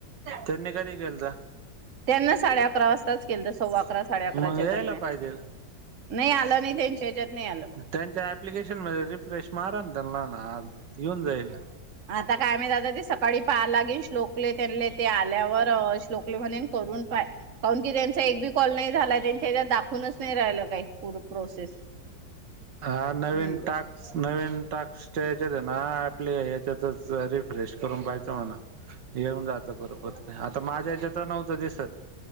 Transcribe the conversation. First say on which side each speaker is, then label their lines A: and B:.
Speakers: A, on the right; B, on the right.
A: त्यांनी कधी केलं त
B: त्यांना साडे अकरा वाजताच केलं तर सव्वा अकरा साडे अकराच्या
A: मग यायला
B: दरम्यान
A: पाहिजे
B: नाही आलं नाही त्यांच्या याच्यात नाही आलं
A: त्यांच्या एप्लीकेशन मध्ये रिफ्रेश मार त्यां ना आ येऊन जाईल
B: आता काय म्ह दादा ते सकाळी पहालागेन श्लोकले त्यांले ते आल्यावर श्लोक आप म्ह करून पा किरण एक बी कॉल नाही झालाय त्यांच्या हच्यात दाखवूनच नाही राहिलं काही पर प्रोसेस
A: हा नवीन
B: हम्म
A: टास्क नवीन टास् च्यात ना आपले याच्यातच रिफ्रेश करून पाहिजे हो ना घेऊन जात बरोबर आता माझ्या याच्या तर नव्हतं दिसत